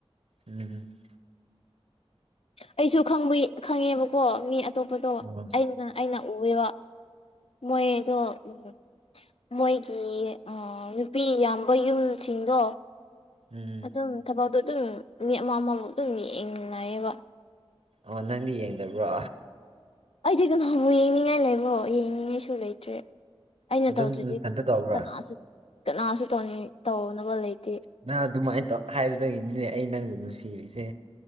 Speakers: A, on the right (about 75°); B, on the left (about 70°).
A: ꯎꯝ <unintelligible>
B: ꯑꯩꯁꯨ ꯈꯪꯕ ꯈꯪꯉꯦꯕꯀꯣ ꯃꯤ ꯑꯇꯣꯞꯄꯗꯣ
A: ꯑꯣ
B: ꯑꯩ ꯑꯗꯨ ꯑꯩꯅ ꯎꯋꯕ ꯃꯣꯏꯗꯣ ꯎ ꯃꯣꯏꯒꯤ ꯅꯨꯄꯤ ꯌꯥꯝꯕ ꯌꯨꯝꯁꯤꯡꯗꯣ
A: ꯎꯝ
B: ꯑꯗꯨꯝ ꯊꯕꯛꯗꯣ ꯑꯗꯨꯝ ꯃꯤ ꯑꯃ ꯑꯃꯕꯨ ꯑꯗꯨꯝ ꯌꯦꯡ ꯅꯥꯌꯦꯕ
A: ꯑ ꯅꯪꯗꯤ ꯌꯦꯡꯗꯕ꯭ꯔꯣ
B: ꯑꯩꯗꯤ ꯀꯅꯕꯨ ꯌꯦꯡꯅꯤꯡꯉꯥꯏ ꯂꯩꯕ꯭ꯔꯣ ꯌꯦꯡꯅꯤꯡꯉꯥꯏꯁꯨ ꯂꯩꯇ꯭ꯔꯦ ꯑꯩꯅ
A: ꯑꯗꯨꯝ
B: ꯇꯧꯗ꯭ꯔꯗꯤ
A: ꯅꯊꯟꯇ ꯇꯧꯕ꯭ꯔꯥ
B: ꯀꯅꯥꯁꯨ ꯀꯅꯥꯁꯨ ꯇꯧꯅꯤꯡ ꯇꯧꯅꯕ ꯂꯩꯇꯦ
A: ꯅꯪ ꯑꯗꯨꯃꯥꯏꯅ ꯇꯧ ꯍꯥꯏꯕꯗꯒꯤꯅꯤꯅꯦ ꯑꯩ ꯅꯪꯕꯨ ꯅꯨꯡꯁꯤꯔꯤꯁꯦ